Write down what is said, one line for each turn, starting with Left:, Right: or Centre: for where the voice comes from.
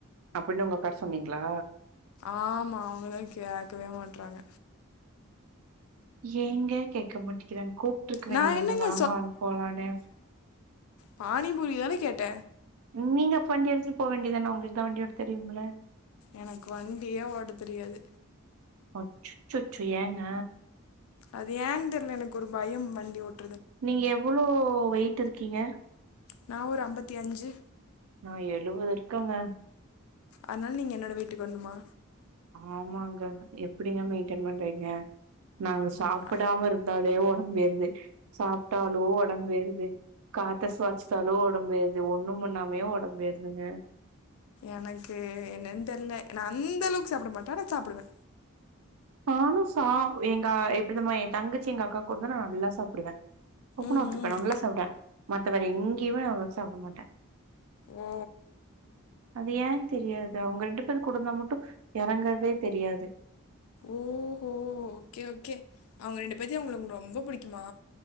Right: அப்டின் அவங்கள உக்கார சொன்னீங்களா
Left: ஆமா அவுங்களே கேக்கவே மாட்றாங்க
Right: ஏங்க கேக்க மாட்டிங்கிறாங் கூப்ட்ருக்க வேண்டிதான
Left: நான் என்னங்க
Right: வாங்க வாங் போலானு
Left: பானிபூரிதான கேட்ட
Right: நீங்க அப்ப வண்டி எடுத்து போ வேண்டிதான உங்களுக்குதா வண்டி ஓட்ட தெரியும்ல
Left: எனக்கு வண்டியே ஓட்ட தெரியாது
Right: அச்சுசச்சு ஏங்க
Left: அது ஏன் தெரில எனக்கு ஒரு பயம் வண்டி ஓட்
Right: நீங்க எவ்வள் ளோ வெயிட் இருக்கீங்க
Left: நா ஒரு ஐம்பத்தி அஞ்சு
Right: நா எழுவது இருக்கங்க
Left: அதனால நீங்க என்னோட வெயிட்டுக்கு வர்ணுமா
Right: ஆமாங்க எப்டிங்க மெயின்டென் பண்றீங்க நாங்க சாப்டாம
Left: ஆ
Right: இருந்தாலே ஒடம்பு ஏறு து சாப்டாலோ ஒடம்பு ஏறுது காத்த சுவாச்சுசாலோ ஒடம்பு ஏறுது ஒண்ணும் பண்ணாமயே ஒடம்பு ஏறுதுங்க
Left: எனக்கு என்னன் தெர்ல நா அந்த அளவுக்கு சாப்ட மாட்ட ஆனா சாப்டுவ
Right: நானுஸ் சா எங்கா எப்டிதம்மா எ தங்கச்சி எங் அக்காக் குடுத்தா நா நல்லா சாப்புடுவ குக்குனா
Left: ம்ஹும்
Right: ஒத்துப்ப நல்லா சாப்புடுவ மத்த வேற எங்கியுமே அவ்ளோ சாப்புட மாட்ட
Left: ஓ
Right: அது ஏன் தெரியாது அவங்க ரெண் எடுப்பது குடுன்னா மட்டு எறங்கறதே தெரியாது
Left: ஓஹோ ஓகே ஓகே அவங்க ரெண்டு பேத்தி அவங்களுக்குளுக்கு ரொம்ப புடிக்குமா